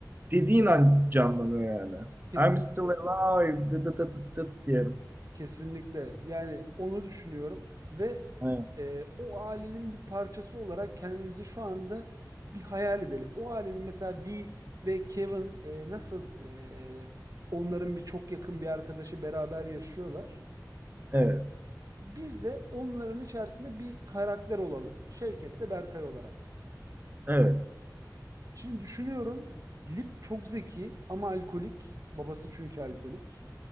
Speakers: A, on the right; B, on the right.
A: dediğin an canlanıyor yani.
B: kesinlikle.
A: I'm still alive dıt dıt dıt dıt diyorum.
B: Kesinlikle. Yani onu düşünüyorum ve
A: Evet.
B: e, o ailenin bir parçası olarak kendimizi şu anda bir hayal edelim. O ailenin mesela V ve Kevin e, nasıl e, onların bir çok yakın bir arkadaşı beraber yaşıyorlar.
A: Evet.
B: Biz de onların içerisinde bir karakter olalım. Şevket de Berkay olarak.
A: Evet.
B: Şimdi düşünüyorum. Lip çok zeki ama alkolik. Babası çünkü alkolik.